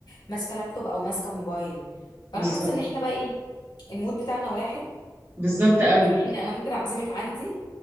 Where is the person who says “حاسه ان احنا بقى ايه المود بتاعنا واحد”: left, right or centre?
Left